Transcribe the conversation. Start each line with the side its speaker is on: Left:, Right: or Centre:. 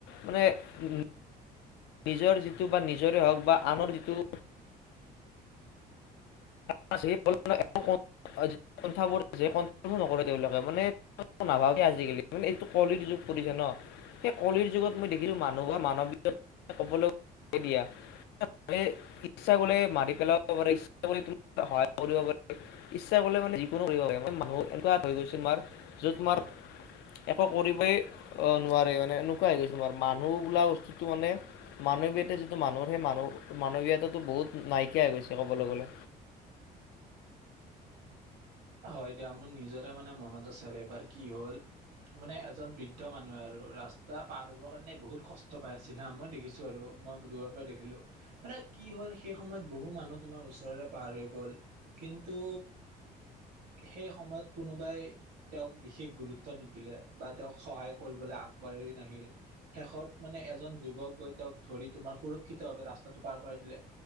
Left: মানে উ নিজৰ যিটো বা নিজৰে হওঁক বা আনৰ যিটো ফাষ্ট এই বলবমো সন্থাৰ বোৰৰ নকৰে তেওঁলোকে মানে নাভাবে আজিকালি মানে এইটো কলিৰ যুগ পৰিছে ন সেই কলিৰ যুগত মই দেখিলোঁ মানুহৰ মানৱীয়তা ক'বলৈ দিয়া। এই ইচ্ছা গ'লে মাৰি পেলাব পাৰে ইচ্ছা ইচ্ছা গ'লে তুমি সহায় কৰিব পাৰা। ইচ্ছা গ'লে মানে যিকোনো কৰিব পাৰে মানুহ এনেকুৱা হৈ গৈছে তোমাৰ য'ত তোমাৰ একো কৰিবই অ' নোৱাৰে মানে এনেকোৱা হৈ গৈছে ন মানুহ বোলা বস্তুতটো মানে মানৱীয়তা যিটো মানুহৰ সেই মান মানৱীয়তাটো বহুত নাইকিয়া হৈ গৈছে ক'বলৈ গ'লে।
Right: হয় দিয়া। মোৰ নিজৰে মানে মনত আছে আৰু এবাৰ কি হ'ল মানে এজন বৃদ্ধ মানুহে আৰু ৰাস্তা পাৰ হ'ব কাৰণে বহুত কষ্ট পাই আছিলে হা মই দেখিছোঁ আৰু মই দূৰৰ পৰাই দেখিলোঁ মানে কি হ'ল সেই সময়ত বহু মানুহ তোমাৰ ওচৰৰে পাৰ হৈ গ'ল কিন্তু সেই সময়ত কোনোবাই তেওঁক বিশেষ গুৰুত্ব নিদিলে বা তেওঁক সহায় কৰিবলৈ আগবাঢ়ি নাহিল শেষত মানে এজন যুৱক গৈ তেওঁক ধৰি তোমাৰ সুৰক্ষিতভাৱে ৰাস্তাটো পাৰ কৰাই দিলে